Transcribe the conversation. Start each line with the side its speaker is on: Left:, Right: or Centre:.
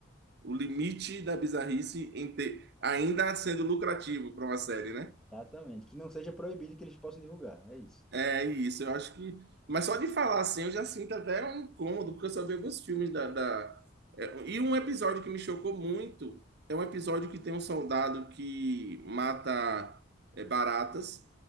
Right: o limite da bizarrice em ter, ainda sendo lucrativo para uma série, né?
Centre: Exatamente. Que não seja proibido que eles possam divulgar. É isso.
Right: É isso, eu acho que. Mas só de falar assim, eu já sinto até um incômodo, porque eu só vi alguns filmes da. da- é, E um episódio que me chocou muito é um episódio que tem um soldado que mata é, baratas,